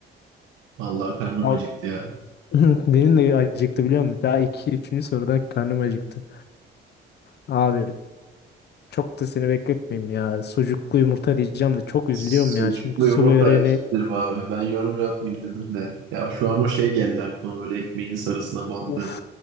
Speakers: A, on the right (about 90°); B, on the left (about 55°).
A: Vallahi karnım
B: Al-
A: acıktı ya.
B: <laughs> Benim de acıktı biliyor musun? Daha iki, üçüncü sorudan karnım acıktı. Abi çok da seni bekletmeyeyim ya. Sucuklu yumurta diyeceğim de çok üzülüyorum
A: Sucuklu
B: ya. Şimdi su
A: yumurta
B: böreğini
A: iyidir be abi. Ben yorum yapmayayım dedim de. Ya şu an o şey geldi aklıma böyle ekmeğini sarısına bandığım.
B: Uf,